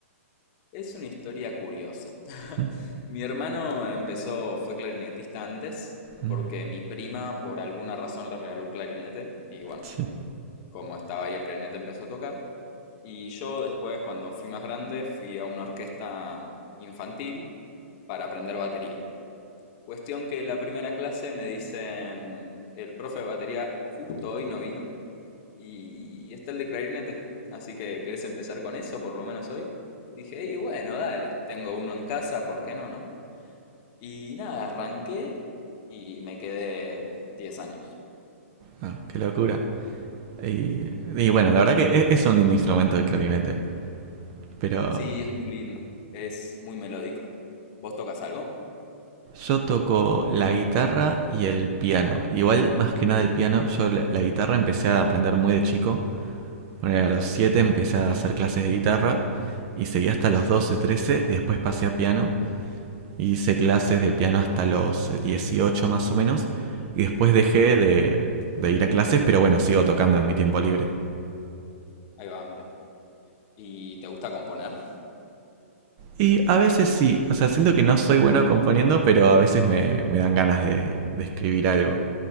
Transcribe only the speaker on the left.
Es una historia curiosa. <laughs>
Mi hermano empezó, fue clarinetista antes,
porque mi prima por alguna razón le regaló un clarinete y bueno,
como estaba ahí el clarinete empezó a tocar. Y yo después, cuando fui más grande, fui a una orquesta infantil para aprender batería. Cuestión que la primera clase me dicen, el profe de batería justo hoy no vino y está el de clarinete. Así que, ¿querés empezar con eso por lo menos hoy? Dije, y bueno, dale, tengo uno en casa, ¿por qué no, no? Y nada, arranqué y me quedé 10 años.
Sí, es muy lindo, es muy melódico. ¿Vos tocas algo?
Ahí va, mira. ¿Y te gusta componer?